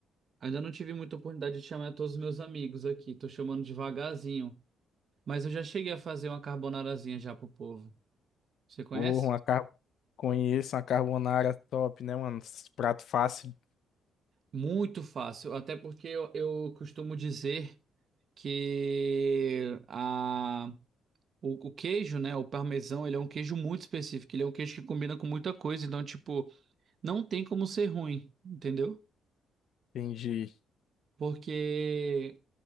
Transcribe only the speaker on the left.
Porra, uma car... conheço uma carbonara top, né, mano? Esses Prato fácil.
Entendi,